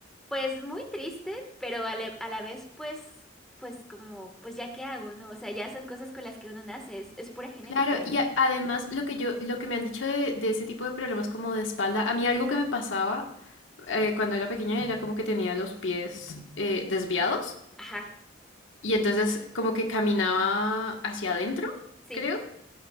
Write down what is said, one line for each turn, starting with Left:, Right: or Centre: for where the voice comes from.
Centre: Pues muy triste, pero a la, a la vez pues, pues como, pues ya qué hago, ¿no? O sea, ya son cosas con las que uno nace, es, es pura genética.
Left: Claro, y a- además lo que yo, lo que me han dicho de, de ese tipo de problemas como de espalda, a mí algo que me pasaba eh, cuando era pequeña era como que tenía los pies eh, desviados
Centre: Ajá,
Left: y entonces como que caminaba hacia adentro,
Centre: sí.
Left: creo.